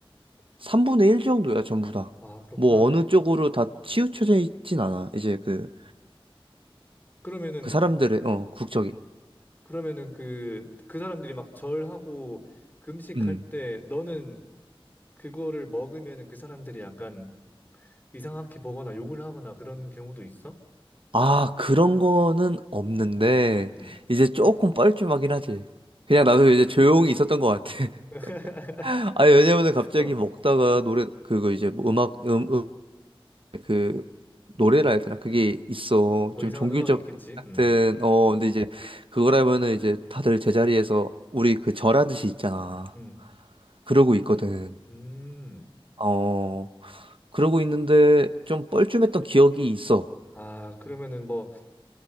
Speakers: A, on the right; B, on the left.
A: 3분의 1 정도야, 전부 다.
B: 아, 그렇구나.
A: 뭐 어느 쪽으로 다 치우쳐져 있진 않아. 이제 그,
B: 그러면은,
A: 그 사람들의, 어, 국적이.
B: 그러면은 그, 그 사람들이 막 절하고 금식할
A: 음.
B: 때 너는 그거를 먹으면은 그 사람들이 약간 이상하게 보거나 욕을 하거나 그런 경우도 있어?
A: 아, 그런 거는 없는데,
B: 음.
A: 이제 조금 뻘쭘하긴 하지. 그냥
B: 음.
A: 나도 이제 조용히 있었던 것 같아.
B: <laughs>
A: <laughs> 아니, 왜냐면은 갑자기
B: 어,
A: 먹다가 노래, 그거 이제 뭐 음악, 음, 음, 그, 노래라 해야 되나? 그게 있어.
B: 뭐
A: 좀
B: 이상한
A: 종교적
B: 음악이 있겠지.
A: 같은,
B: 음.
A: 어, 근데 이제 그거라면은 이제 다들 제자리에서 우리 그 절하듯이 있잖아.
B: 음.
A: 그러고 있거든.
B: 음.
A: 어, 그러고 있는데 좀 뻘쭘했던 기억이 있어.
B: 아, 그러면은 뭐